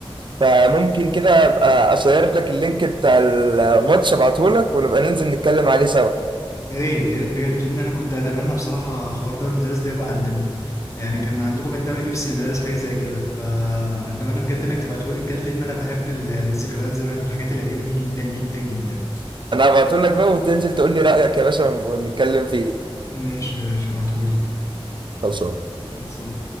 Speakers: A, on the right; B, on the left.
A: فممكن كده أبقى أشير لك اللينك بتاع الماتش أبعتهولك ونبقى ننزل نتكلم عليه سوا
B: يا ريت يا ريت بجد لان انا كنت اتمنى بصراحه حوار دوري المدارس ده يبقى عندنا يعني كان عندكم من دوري بيبسي المدارس حاجه زي كده فاتمنى بجد انك تبعتهولي بجد لان انا بحب ال- الذكريات زمان والحاجات القديمه دي جدا جدا جدا
A: أنا هبعتهولك بقى وتنزل تقول لي رأيك يا باشا ونتكلم فيه
B: ماشي يا باشا ابعتهولي
A: خلصان
B: خلصان